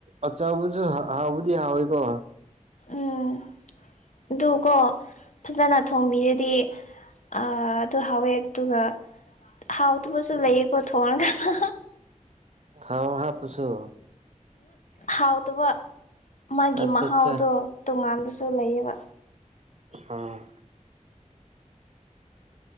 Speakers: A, on the right; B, on the left.
A: ꯑꯆꯧꯕꯁꯨ ꯍꯥꯎꯕꯨꯗꯤ ꯍꯥꯎꯋꯏꯀꯣ
B: ꯎꯝ ꯑꯗꯨꯀꯣ ꯐꯖꯅ ꯊꯣꯡꯝꯕꯤꯔꯗꯤ ꯑꯗꯨ ꯍꯥꯎꯋꯦ ꯑꯗꯨꯒ ꯍꯥꯎꯗꯨꯕꯁꯨ ꯂꯩꯌꯦꯀꯣ ꯊꯣꯡ ꯀꯥꯟꯗ
A: ꯊꯥꯎ ꯍꯥꯞꯄꯁꯨꯣ
B: ꯍꯥꯎꯇꯕ ꯃꯥꯒꯤ
A: ꯑꯠꯆꯥꯆꯥ
B: ꯃꯍꯥꯎꯗꯣ ꯇꯣꯉꯥꯟꯕꯁꯨ ꯂꯩꯌꯦꯕ
A: ꯑ